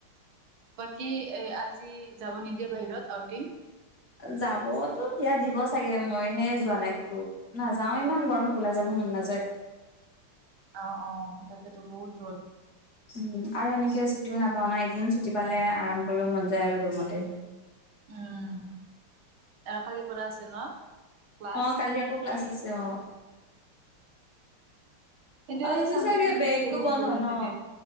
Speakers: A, on the right; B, on the left.
A: বাকী এ' আজি- যাব নিদিয়ে বাহিৰত। আউটিং
B: যাব টো- ইয়াত দিব চাগে মই হে যোৱা নাই ক'তো নাযাওঁ ইমান গৰমত ওলাই যাব মন নাযায়।
A: অ অ তাকেটো বহুত ৰ'দ।
B: উম' আৰু এনেকে ছুটিও নাপাওঁ মানে। এদিন ছুটি পালে আৰাম কৰিব মন যায় আৰু ৰুমতে।
A: উম' আৰু কালি লৈ- নটা পৰা আছে ন' ক্লাছ?
B: অ', কালি আকৌ ক্লাছ আছে অ',
A: কিন্তু
B: আজি
A: সেই চান্দে
B: চাগে
A: দিনতো
B: বেংকো
A: বহুত
B: বন্ধ
A: বৰিং
B: ন?
A: লাগে।